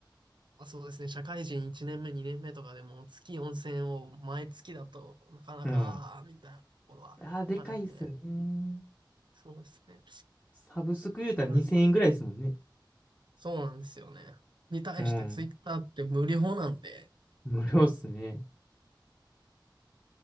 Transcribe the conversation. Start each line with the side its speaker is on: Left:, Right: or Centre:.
Right: まあ、そうですね。社会人1年目、2年目とかでも月4000を毎月だとなかなか、
Left: うん。うん。
Right: みたいなところはあるんで、
Left: あー、でかいっすね。
Right: そうですね。
Left: サブスク言うたら2000円くらいですもんね。
Right: なると、そうなんですよね。に対してツイッターって無料なんで、
Left: うん。無料っすね。